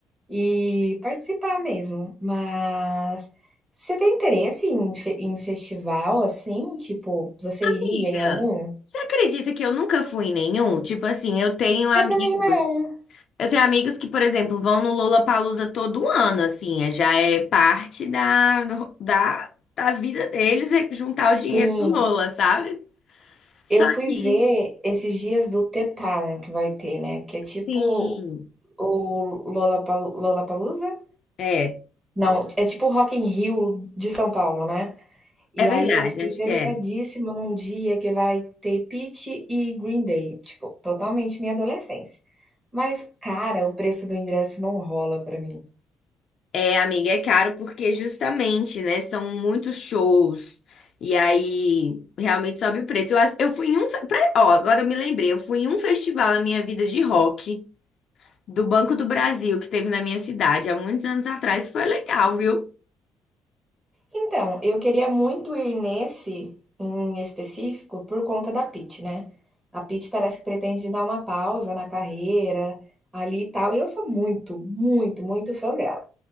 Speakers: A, on the right; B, on the left.
A: e participar mesmo. Mas você tem interesse em fe em festival, assim? Tipo, você
B: Amiga,
A: iria em algum?
B: você acredita que eu nunca fui em nenhum? Tipo assim, eu tenho amigos
A: Eu também não.
B: Eu tenho amigos que, por exemplo, vão no Lollapalooza todo ano, assim, é- já é parte da, da, da vida deles é juntar
A: Sim,
B: o dinheiro do Lola, sabe? Só
A: eu fui
B: que,
A: ver esses dias do The Town que vai ter, né, que é tipo
B: sim,
A: o Lollapalo Lollapalooza?
B: é,
A: Não, é tipo o Rock in Rio de São Paulo, né. E
B: é
A: aí
B: verdade,
A: eu fiquei
B: acho
A: interessadíssima
B: que é.
A: num dia que vai ter Pitty e Green Day, tipo, totalmente minha adolescência. Mas, cara, o preço do ingresso não rola pra mim.
B: É, amiga, é caro porque justamente, né, são muitos shows e aí realmente sobe o preço. Eu, acho- eu fui em um, fe- pra- ó, agora eu me lembrei, eu fui em um festival na minha vida de rock do Banco do Brasil que teve na minha cidade há muitos anos atrás, foi legal, viu?
A: Então, eu queria muito ir nesse em específico por conta da Pitty, né? A Pitty parece que pretende dar uma pausa na carreira ali e tal, e eu sou muito, muito, muito fã dela.